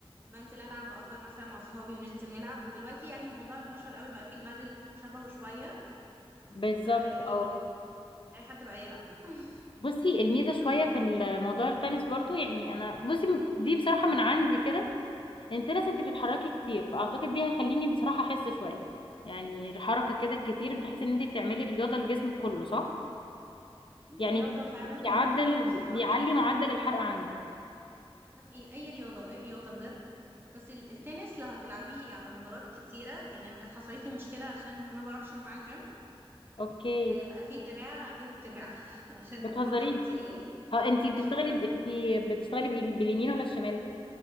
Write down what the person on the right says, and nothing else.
بنزل العب باجر مثلا مع اصحابي وننزل نلعب ودلوقتي يعني الموضوع انتشر قوي بقى فيه البادل شبهه شوية
فيعني
اي حد بقى يلعب <laughs>
رياضة فعلا
بتخليكي تتحركي
ده حقيقي اي رياضة اي رياضة بجد بس ال- التنس لو هتلعبيه على مدارات كتيرة يعني أنا كانت حصلت لي مشكلة عشان ما بروحش مع الجيم
آه بقى فيه دراع غير دراع <laughs> عشان
المضرب تقيل
والله
بقى